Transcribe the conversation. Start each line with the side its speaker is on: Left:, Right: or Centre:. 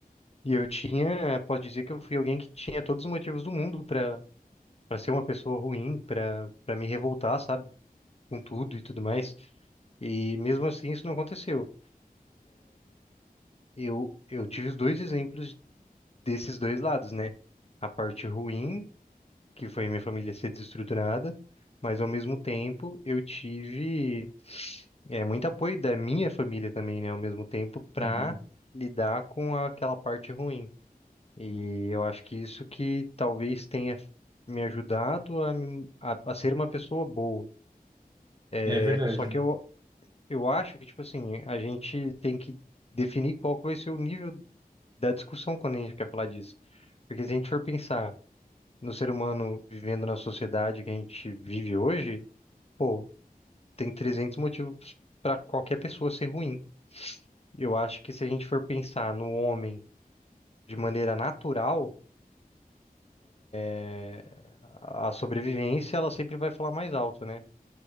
Left: E eu tinha, posso dizer que eu fui alguém que tinha todos os motivos do mundo para para ser uma pessoa ruim, para para me revoltar, sabe, com tudo e tudo mais. E mesmo assim isso não aconteceu. Eu eu tive os dois exemplos desses dois lados, né? A parte ruim que foi minha família ser desestruturada, mas ao mesmo tempo eu tive é, muito apoio da minha família também, né? Ao mesmo tempo para
Right: uhum.
Left: lidar com aquela parte ruim. E eu acho que isso que talvez tenha me ajudado a, me- a, a ser uma pessoa boa.
Right: É
Left: É,
Right: verdade.
Left: só que eu, eu acho que, tipo assim, a gente tem que definir qual que vai ser o nível da discussão quando a gente quer falar disso. Porque se a gente for pensar no ser humano vivendo na sociedade que a gente vive hoje, Pô, tem 300 motivos para qualquer pessoa ser ruim. Eu acho que se a gente for pensar no homem de maneira natural, é, a sobrevivência ela sempre vai falar mais alto, né?